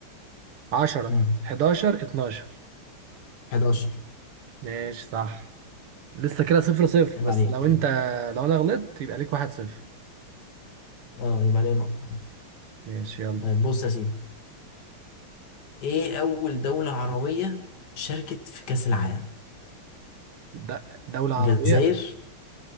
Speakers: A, on the right; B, on the left.
A: عشرة
B: مم.
A: حداشر اتناشر
B: 11
A: ماشي صح لسه كده صفر صفر
B: عيب
A: بس
B: عليك
A: لو انت لو انا غلطت يبقى ليك واحد صفر
B: أه يبقى عليه نقطة
A: ماشي يلا
B: طيب بص يا سيدي إيه أول دولة عربية شاركت في كأس العالم؟
A: د- دولة
B: الجزائر
A: عربية